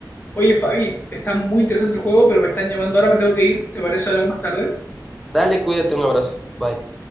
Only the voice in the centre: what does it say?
Dale, cuídate, un abrazo. Bye.